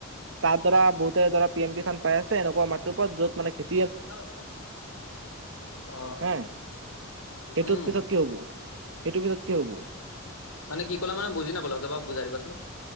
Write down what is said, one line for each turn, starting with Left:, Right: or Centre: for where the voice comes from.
Right: তাত ধৰা বহুতে ধৰা পি এম কি কিচান পাই আছে এনেকুৱা মাটিৰ ওপৰত য'ত মানে খেতি
Left: <unintelligible> অ
Right: হে সেইটোত
Left: উম
Right: পিছত কি হ'ব সেইটোৰ পিছত কি হ'ব?
Left: মানে কি ক'লা মানে বুজি নাপালো আকৌ এবাৰ বুজাই দিবাচোন।